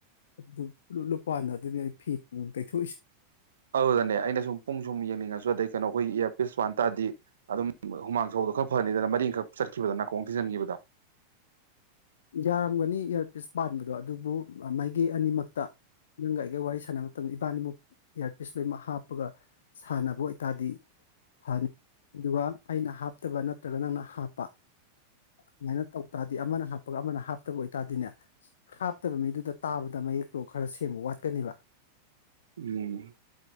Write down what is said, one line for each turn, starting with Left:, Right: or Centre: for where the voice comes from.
Left: ꯑꯗꯨ ꯂꯨꯄꯥꯟꯅ ꯑꯗꯨꯅꯤ ꯐꯤ ꯇꯩꯊꯣꯛꯏꯁꯦ
Right: ꯑꯗꯨꯗꯅꯦ ꯑꯩꯅ ꯁꯨꯝ ꯄꯨꯡ ꯁꯨꯝ ꯌꯦꯡꯅꯤꯡꯉꯁꯨ ꯑꯗꯩ ꯀꯩꯅꯣ ꯑꯩꯈꯣꯏꯒꯤ ꯑꯦꯞ ꯄꯤꯁ ꯋꯥꯟ ꯇꯗꯤ ꯑꯗꯨꯝ ꯍꯨꯃꯥꯡ ꯁꯧꯗꯣ ꯈꯔ ꯐꯔꯅꯤꯗꯅ ꯃꯔꯤꯡꯈꯛ ꯆꯠꯈꯤꯕꯗ ꯅꯥꯀꯣꯡ ꯊꯤꯖꯤꯟꯈꯤꯕꯗꯣ
Left: ꯌꯥꯔꯝꯒꯅꯤ ꯏꯌꯥꯔꯄꯤꯁ ꯄꯥꯟꯕꯗꯣ ꯑꯗꯨꯕꯨ ꯃꯥꯏꯀꯩ ꯑꯅꯤꯃꯛꯇ ꯅꯪꯒ ꯑꯩꯒ ꯋꯥꯔꯤ ꯁꯥꯟꯅꯕ ꯃꯇꯝꯗ ꯏꯕꯥꯅꯤꯃꯨꯛ ꯏꯌꯥꯔꯄꯤꯤꯁ ꯂꯣꯏꯅꯃꯛ ꯍꯥꯞꯄꯒ ꯁꯥꯟꯅꯕ ꯑꯣꯏꯇꯥꯔꯗꯤ ꯐꯅꯤ ꯑꯗꯨꯒ ꯑꯩꯅ ꯍꯥꯞꯇꯕ ꯅꯠꯇ ꯀꯩꯅꯣ ꯅꯪꯅ ꯍꯥꯞꯄ ꯑꯗꯨꯃꯥꯏꯅ ꯇꯧ ꯇꯥꯔꯗꯤ ꯑꯃꯅ ꯍꯥꯞꯄ ꯊꯕꯛ ꯑꯃꯅ ꯍꯥꯞꯇꯕ ꯑꯣꯏꯇꯥꯔꯗꯤꯅꯦ ꯍꯥꯞꯇꯕ ꯃꯤꯗꯨꯗ ꯇꯥꯕꯗ ꯃꯌꯦꯛꯇꯣ ꯈꯔ ꯁꯦꯝꯦꯡꯕ ꯋꯥꯠꯀꯅꯦꯕ
Right: ꯎꯝ